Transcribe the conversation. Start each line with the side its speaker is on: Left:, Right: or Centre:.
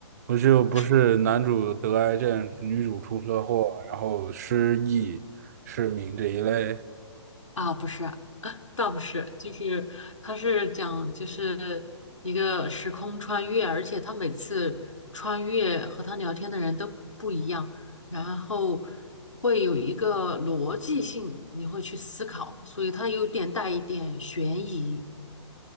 Right: 不是，不是，
Left: 不是
Right: 男主得癌症，女主出车祸，然后失忆、失明这一类。
Left: 啊，不是，倒不是，就是他是讲就是一个时空穿越，而且他每次穿越和他聊天的人都不一样，然后会有一个逻辑性，你会去思考，所以他有点带一点悬疑。